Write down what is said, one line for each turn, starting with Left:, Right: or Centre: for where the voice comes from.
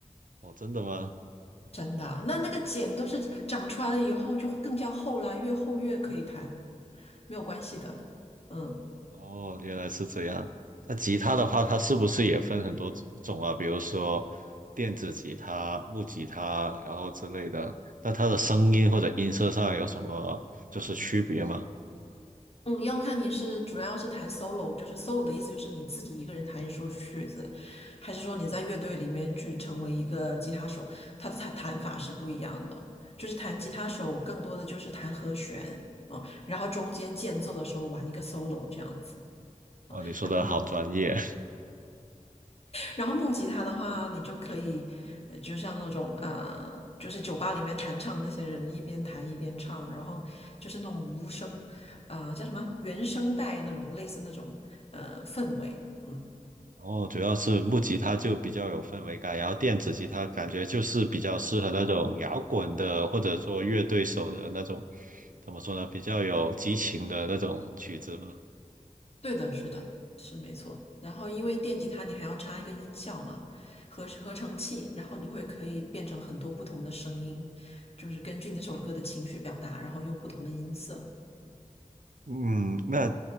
Right: 哦，真的吗？
Left: 真的啊那那个茧都是长出来了以后就更加厚啦，越厚越可以弹，没有关系的。嗯
Right: 哦，原来是这样。那吉他的话，它是不是也分很多种啊？比如说电子吉他、木吉他，然后之类的。那它的声音或者音色上有什么就是区别吗？
Left: 嗯，要看你是主要是弹 solo，就是 solo 的意思就是你自己一个人弹一首曲子，还是说你在乐队里面去成为一个吉他手，它的弹弹法是不一样的。就是弹吉他手更多的就是弹和弦，嗯，然后中间间奏的时候玩一个 solo 这样子。
Right: 哦，你说的好专业。
Left: 然后如果是然后木吉他的话，你就可以，呃就像那种呃，就是酒吧里面弹唱那些人一边弹一边唱，然后就是那种无声，呃，叫什么原声带那种类似那种呃氛围。嗯，
Right: 然后主要是木吉他就比较有氛围感，然后电子吉他感觉就是比较适合那种摇滚的，或者说乐队手的那种，怎么说呢，比较有激情的那种曲子嘛。
Left: 对的，是的，是没错。然后因为电吉他你还要插一个音效嘛，合合成器，然后你会可以变成很多不同的声音，就是根据你那首歌的情绪表达，然后用不同的音色。
Right: 嗯，那